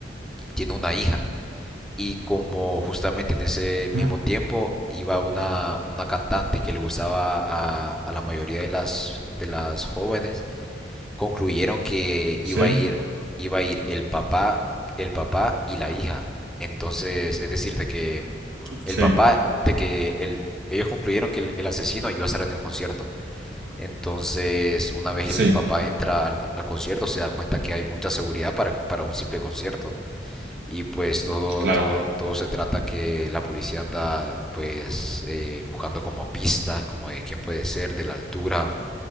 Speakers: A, in the centre; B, on the right (about 65°).
A: tiene una hija. Y como justamente en ese mismo
B: ah,
A: tiempo iba una, una cantante que le gustaba a, a la mayoría de las, de las jóvenes concluyeron que
B: sí,
A: iba a ir, iba a ir el papá, el papá y la hija. Entonces, es decir, de que
B: sí,
A: el papá, de que el, ellos concluyeron que el, el asesino iba a estar en el concierto. Entonces, una vez
B: sí,
A: el papá entra al, al concierto, se da cuenta que hay mucha seguridad para, para un simple concierto. Y pues todo,
B: claro,
A: todo, todo se trata que la policía anda pues eh, buscando como pistas, como de quién puede ser, de la altura,